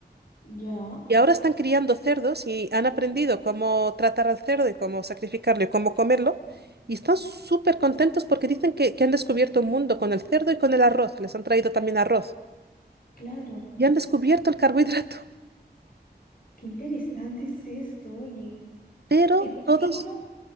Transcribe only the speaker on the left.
Ya.
Claro.
Qué interesante es esto, oye.
Escúchame,
¿y cómo?